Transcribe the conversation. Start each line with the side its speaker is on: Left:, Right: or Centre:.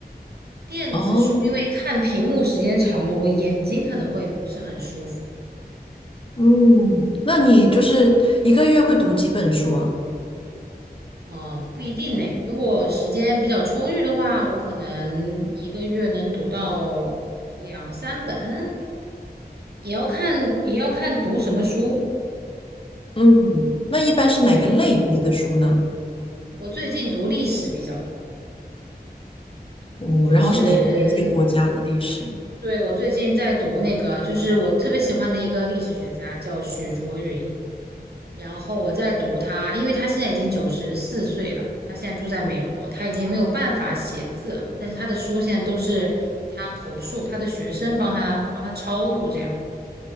Right: 电子书因为看屏幕时间长了，
Left: 哦，
Right: 我眼睛可能会不是很舒服。
Left: 嗯，那你就是一个月会读几本书啊？
Right: 嗯，不一定呢。如果时间比较充裕的话，我可能一个月能读到两三本，也要看也要看读什么书。
Left: 嗯，那一般是哪个类别的书呢？
Right: 对，我最近读历史比较多，
Left: 哦，
Right: 就是
Left: 然后是哪哪些国家的历史？
Right: 对，我最近在读那个，就是我特别喜欢的一个历史学家，叫许卓云。然后我在读他，因为他现在已经九十四岁了，他现在住在美国，他已经没有办法写字了，但是他的书现在都是他口述，他的学生帮他帮他抄录这样。